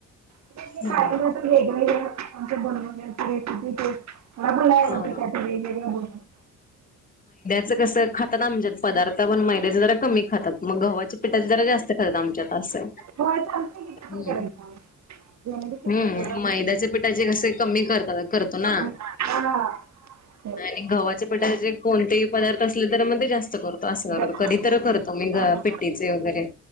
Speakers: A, on the right (about 65°); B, on the left (about 30°).
A: <inaudible>
B: हो
A: काय वेगवेगळ <inaudible> आमच्या बोलण्या <unintelligible>
B: हा.
A: <unintelligible> <inaudible> वेगवेगळ
B: च कस खातात आमच्यात पदार्थ पण मैद्याचे जरा कमी खातात मग गव्हाच्या पिठाचे जरा जास्त खातात आमच्यात असय
A: होय चालतंय की ते पण
B: हम्
A: करायचं जेवढे ते
B: हम्
A: कुठलं
B: मैद्याच्या पिठाचे कसे कमी करतात करतो ना
A: पण हा तेच
B: आणि गव्हाच्या पिटाचे कोणतेही पदार्थ असले तर मध्ये ते जास्त करतो असं
A: हा
B: करतो कधी तर करतो मी
A: हा
B: ग पिट्टीचे वगैरे